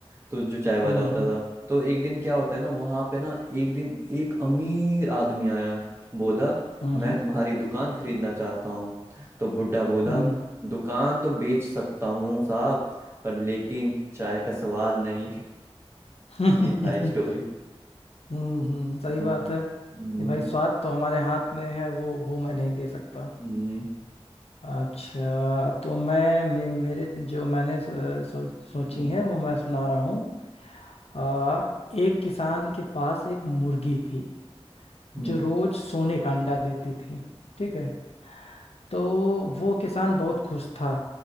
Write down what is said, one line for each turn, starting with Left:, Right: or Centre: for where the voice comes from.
Right: तो जो चाय वाला
Left: हम्म
Right: होता
Left: हम्म
Right: था तो एक दिन क्या होता है ना वहाँ पे ना एक दिन एक अमीर आदमी आया बोला
Left: हम्म
Right: मैं तुम्हारी दुकान खरीदना चाहता हूँ तो बुड्ढा बोला
Left: हम्म
Right: दुकान तो बेच सकता हूँ साहब पर लेकिन चाय का स्वाद नहीं <laughs>
Left: हम्म
Right: ये था एक स्टोरी
Left: <laughs> हम्म हम्म, सही
Right: हम्म
Left: बात है
Right: हम्म
Left: कि भाई स्वाद तो हमारे हाथ में है वो वो मैं नहीं दे सकता
Right: हम्म
Left: अच्छा तो मैं मे, मेरे जो मैंने सो, सो, सोची
Right: हम्म
Left: है वो मैं सुना रहा हूँ आ, एक किसान के पास एक मुर्गी थी
Right: हम्म
Left: जो रोज सोने का अंडा देती थी ठीक है तो वो किसान बहुत खुश था